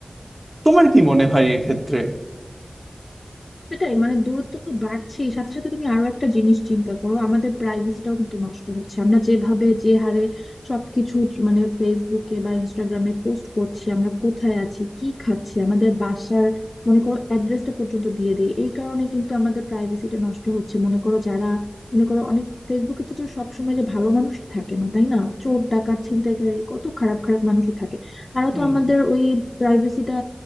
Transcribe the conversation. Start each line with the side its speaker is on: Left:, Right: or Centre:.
Right: তোমার কি মনে হয় এক্ষেত্রে
Left: সেটাই মানে দূরত্ব তো বাড়ছেই সাথে সাথে তুমি আরো একটা জিনিস চিন্তা করো আমাদের প্রাইভেসিটাও কিন্তু নষ্ট হচ্ছে আমরা যেভাবে যে হারে সবকিছু মানে ফেসবুকে বা ইনস্টাগ্রামে পোস্ট করছি আমরা কোথায় আছি কি খাচ্ছি আমাদের বাসার মনে করো অ্যাড্রেসটা পর্যন্ত দিয়ে দেই এই কারণে কিন্তু আমাদের প্রাইভেসিটা নষ্ট হচ্ছে মনে করো যারা মনে করো অনেক ফেসবুকে তো সবসময় যে ভালো মানুষ থাকে না তাই না চোর ডাকাত ছিনতাইকারী কত খারাপ খারাপ মানুষই থাকে তারা
Right: হুম
Left: তো আমাদের ওই প্রাইভেসিটা